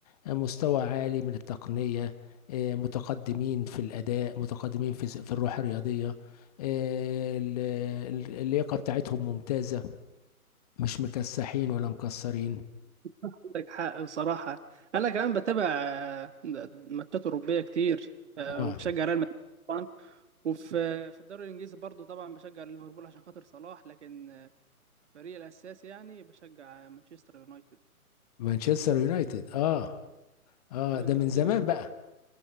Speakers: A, on the left; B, on the right.
A: آه، مستوى عالي من التقنية آه، متقدمين في الاداء متقدمين في س- في الروح الرياضية آه، ال- ال- اللياقة بتاعتهم ممتازة مش مكسحين ولا مكسرين
B: عندك حق بصراحه انا كمان بتابع آه، ماتشات اوروبيه كتير آه،
A: اه
B: وبشجع ريال مدريد طبعا وفي آه، في الدوري الانجليزي برضو طبعا بشجع ليفربول عشان خاطر صلاح لكن آه، فريقي الاساسي يعني بشجع آه، مانشستر يونايتد
A: مانشستر يونايتد اه اه
B: ده من
A: ده من
B: قديم
A: زمان
B: الازل
A: بقى